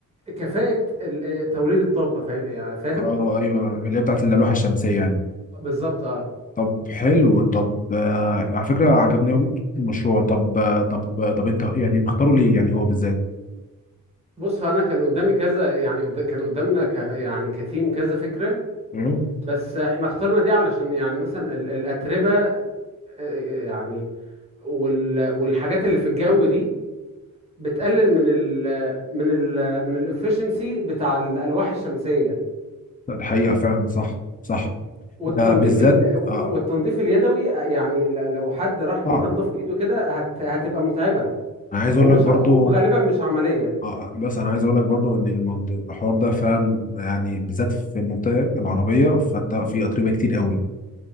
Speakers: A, on the right; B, on the left.
A: كفاءة ال- آه، توليد الطاقة فا- يعني فاهم
B: آه ايوه اللي هي بتاعت اللوحه الشمسيه يعني
A: بالظبط اه
B: طب حلو طب آه على فكره عجبني قوي المشروع طب آه طب آه طب انت يعني مختاره ليه يعني هو بالذات
A: بص هو انا كان قدامي كذا يعني قد- كان قدامنا ك يعني كتيم كذا فكرة
B: مم.
A: بس احنا اخترنا دي علشان يعني مثلا ال- الأتربة آه، يعني وال والحاجات اللي في الجو دي بتقلل من ال من ال من الافشنسي بتاع الألواح الشمسية
B: لا، الحقيقه فعلا صح صح
A: والتنظيف
B: آه بالذات
A: ال...
B: آه
A: والتنظيف اليدوي آه، يعني ل- لو حد راح بينظف
B: صعب
A: بايده كده هت... هتبقى متعبه
B: انا عايز
A: ومش
B: اقول لك برضو
A: وغالبا مش عمليه
B: اه بس انا عايز اقول لك برضو ان المنط- الحوار ده فعلا يعني بالذات في المنطقه العربيه فانت في اتربه كتير قوي